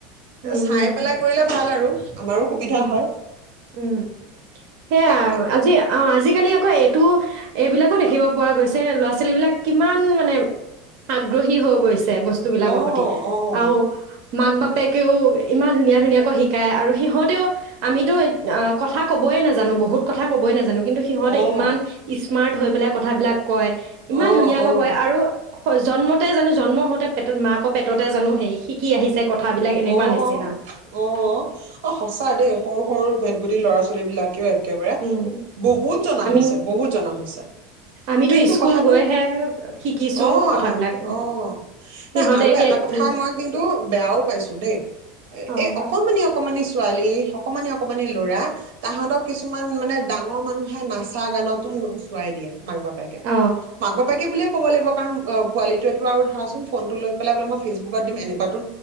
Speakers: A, on the right (about 55°); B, on the right (about 85°).
A: উম
B: চাই
A: উম
B: পেলাই কৰিলে ভাল <unintelligible> আৰু। আমাৰো সুবিধা
A: উম,
B: হয়
A: উম সেয়া
B: তাকে
A: আও আজি অ আজিকালি আকৌ এইটো এইবিলাকো দেখিব পৰ গৈছে ল'ৰা ছোৱালীবিলাক কিমান মানে আগ্ৰহী হৈ গৈছে। বেয়া বস্তু বিলাকৰ
B: অ', অ',
A: প্ৰতি আৰু। মাক বাপেকেও ইমান ধুনীয়া ধুনীয়াকৈ শিকায় আৰু সিহঁত আমিতো আমিতো কথা কবয়ে নাজানো বহুত কথা কবয়ে নাজানো কিন্তু সিহঁতে
B: অ',
A: ইমান স্ক স্মাৰ্ট হৈ পেলাই কথাবিলাক কয়
B: অ',
A: ইমান ধুনীয়াকৈ কয়
B: অ',
A: আৰু জন্মতে জানো জন্ম হওঁতে পেটত মাকৰ আকৌ পেটতে জানো হেই শিকি আহিছে কথাবিলাক এনেকুৱা
B: অ',
A: নিচিনা
B: অ', অ', সঁচ চ দেই সৰু সৰুৰ ভেদ ভটতি ল'ৰা ছোৱালী বিলাকে একেবাৰে
A: উম
B: বহুত জনা
A: আমি
B: হৈছে, বহুত জনা হৈছে।
A: আমিতো
B: কিন্তু
A: স্কুল
B: কথাটো
A: গৈহে শিকিছোঁ
B: অ'
A: কথাবিলাক।
B: অ'
A: সিহঁতে
B: ন আৰু
A: এতিয়া
B: এটা কথা,
A: ই
B: মই কিন্তু বেয়াও পাইছোঁ। দেই
A: অ,
B: এই
A: ক
B: অকমানি অকমানি ছোৱালী অকমানে, অকমানি ল'ৰা তাহাঁতক কিছুমান মানে ডাঙৰ মানুহে নাচা গানতো নচুৱাই দিয়ে। মাক বাপেকে,
A: অ,
B: মাক বাপেকে বোলে ক'ব লাগিব কাৰণ পোৱালিটোৱেটো আৰু ধৰাচোন ফোনটো লৈ পেলাই বোলে মই ফেচবুকত দিম এনেকুৱাতো